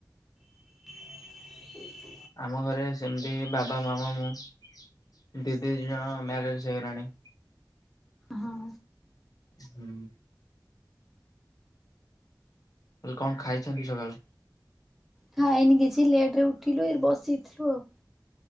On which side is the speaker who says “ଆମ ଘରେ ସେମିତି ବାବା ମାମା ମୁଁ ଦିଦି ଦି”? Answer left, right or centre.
Left